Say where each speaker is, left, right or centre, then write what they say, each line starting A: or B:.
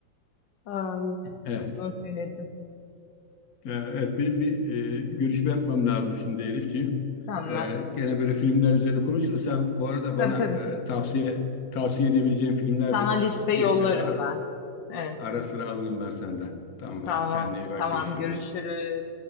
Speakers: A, on the left (about 80°); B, on the left (about 55°).
A: Ay,
B: Evet.
A: çok doğru söyledin.
B: Ya, Evet benim bir e, görüşme yapmam lazım şimdi Elifciğim.
A: Tamam.
B: Ee, gene böyle filmler üzerine konuşuruz. Sen bu arada
A: Tabii
B: bana
A: tabii.
B: e, tavsiye tavsiye edebileceğin filmler
A: Sana
B: de biriktir
A: liste
B: ki
A: yollarım
B: e, ara,
A: ben. Evet,
B: ara
A: evet.
B: sıra alırım ben senden. Tamam
A: Tamam.
B: hadi kendine iyi bak
A: Tamam
B: görüşürüz.
A: görüşürüz.